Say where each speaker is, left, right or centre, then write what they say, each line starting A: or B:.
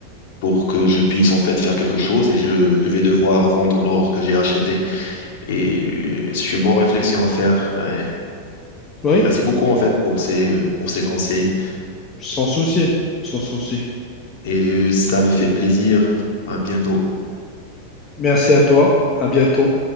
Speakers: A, on the left; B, on the left.
A: pour que je puisse en fait faire quelque chose et je, je vais devoir vendre l'or que j'ai acheté. Et euh, c'est une bonne réflexion à faire. Ouais.
B: Oui,
A: Merci beaucoup en fait pour ces, euh, pour ces conseils
B: sans souci, sans souci.
A: et euh, ça me fait plaisir. À bientôt.
B: Merci à toi. À bientôt.